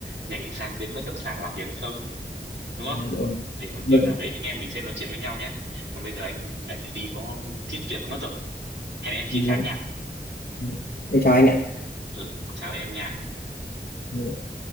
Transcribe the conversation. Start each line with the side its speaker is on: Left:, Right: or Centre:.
Right: nhảy sang bên bất động sản làm việc hay không đúng không
Left: Dạ, vâng
Right: để một
Left: vâng
Right: dịp nào đấy anh em mình sẽ nói chuyện với nhau nhé còn bây giờ anh lại phải đi có chút việc mất rồi hẹn em khi
Left: vâng
Right: khác
Left: vâng.
Right: nha
Left: vâng. em chào anh ạ
Right: ừ chào em nha
Left: Dạ.